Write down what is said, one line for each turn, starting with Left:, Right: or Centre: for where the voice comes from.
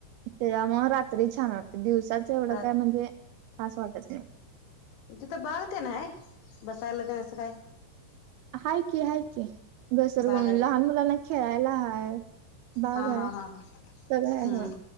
Right: तेज्यामुळं रात्री छान वाटते दिवसाच एवढं
Left: रात
Right: काय म्हणजे खास वाटत नाही.
Left: तिथं बाग तेन आहे बसायला तर असं काय?
Right: हाय की हाय की घसरगुंड
Left: बाग आहे
Right: लहान
Left: काय
Right: मुलांना खेळायला हाय. बाग
Left: हा हा
Right: आहे
Left: हा हा
Right: सगळं
Left: हम्म
Right: आहे व